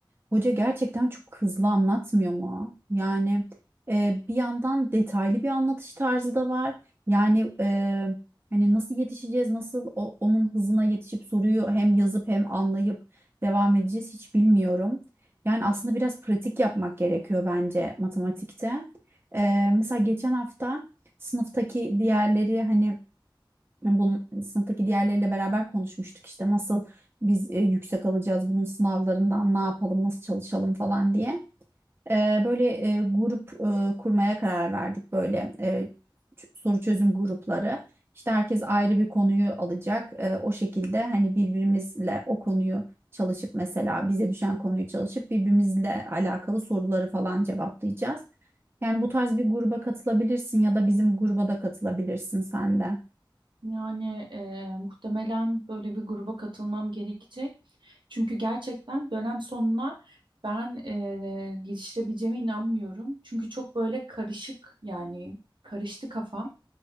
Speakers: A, on the right (about 25°); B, on the right (about 70°).
A: Hoca gerçekten çok hızlı anlatmıyor mu? Yani e, bir yandan detaylı bir anlatış tarzı da var. Yani e, hani nasıl yetişeceğiz, nasıl o- onun hızına yetişip soruyu hem yazıp hem anlayıp devam edeceğiz hiç bilmiyorum. Yani aslında biraz pratik yapmak gerekiyor bence matematikte. E, mesela geçen hafta sınıftaki diğerleri hani Hani Bunun sınıftaki diğerleriyle beraber konuşmuştuk işte nasıl biz e, yüksek alacağız bunun sınavlarından ne yapalım nasıl çalışalım falan diye. E, böyle e, grup e, kurmaya karar verdik böyle e, ç- soru çözüm grupları. İşte herkes ayrı bir konuyu alacak. E, o şekilde hani birbirimizle o konuyu çalışıp mesela bize düşen konuyu çalışıp birbirimizle alakalı soruları falan cevaplayacağız. Yani bu tarz bir gruba katılabilirsin ya da bizim gruba da katılabilirsin sen de.
B: Yani e, muhtemelen böyle bir gruba katılmam gerekecek. Çünkü gerçekten dönem sonuna ben e, yetiştirebileceğime inanmıyorum. Çünkü çok böyle karışık yani karıştı kafam.